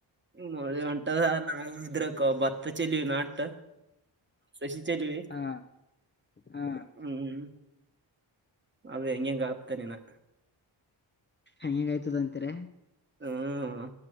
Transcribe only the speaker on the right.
ಮಳಿ ಹೊಂಟದ ನಾವು ಇದ್ರಕ ಭತ್ತ ಚೆಲ್ಲಿವಿ ನಾಟ್. ರೆಷಿ ಚೆಲ್ಲಿವಿ
ಹ್ಮ್. ಅದು ಹೆಂಗೆಗ್ ಆತೆನ್ ಹಿನಾ.
ಹ್ಮ